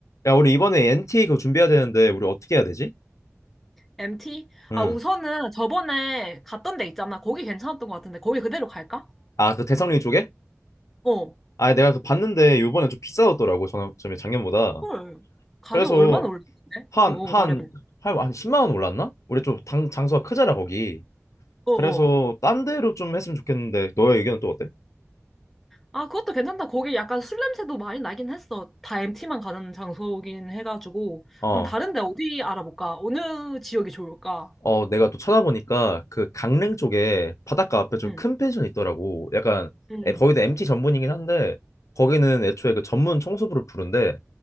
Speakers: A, on the left (about 75°); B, in the centre.
A: 야, 우리 이번에 NT 그거 준비해야 되는데 우리 어떻게 해야 되지?
B: MT?
A: 응.
B: 아, 우선은 저번에 갔던 데 있잖아. 거기 괜찮았던 것 같은데, 거기 그대로 갈까?
A: 아, 그 대성리 쪽에?
B: 어.
A: 아, 내가 그 봤는데 이번에 좀 비싸졌더라고. 전에 작년보다.
B: 헐. 가격
A: 그래서
B: 얼마나 올랐는데?
A: 한,
B: 어, 어,
A: 한,
B: 말해봐.
A: 한, 한 10만 원 올랐나? 우리 좀 당, 장소가 크잖아, 거기.
B: 어,
A: 그래서
B: 어.
A: 딴 데로 좀 했으면 좋겠는데 너의 의견은 또 어때?
B: 아, 그것도 괜찮다. 거기 약간 술 냄새도 많이 나긴 했어. 다 MT만 가는 장소긴 해가지고.
A: 어.
B: 그럼 다른 데 어디 알아볼까? 어느 지역이 좋을까?
A: 어, 내가 또 찾아보니까 그 강릉 쪽에 바닷가 앞에 좀
B: 응,
A: 큰 펜션이 있더라고. 약간
B: 응.
A: 에, 거기도 MT 전문이긴 한데 거기는 애초에 그 전문 청소부를 부른데